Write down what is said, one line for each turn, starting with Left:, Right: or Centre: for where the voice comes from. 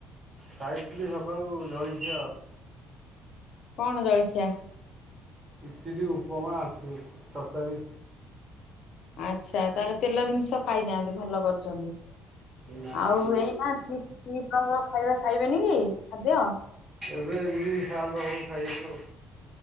Right: ଖାଇଥିଲି ସକାଳୁ ଜଳଖିଆ ଆଉ,
Left: କଣ ଜଳଖିଆ?
Right: ଇଟିଲି, ଉପମା, ତରକାରି।
Left: ଆଛା ତାହେଲେ ତେଲ ଜିନିଷ ଖାଇନାହାନ୍ତି ଭଲ କରିଛନ୍ତି।
Right: ନାଇଁ
Left: ଆଉ ଏଇ ନା ଦିଇ ପ୍ରହର ଖଇବା ଖାଇବେନି କି ଖାଦ୍ୟ?
Right: ଏବେ ଯିବି ସାରଙ୍କ ଘରକୁ ଖାଇବାକୁ ଆଉ,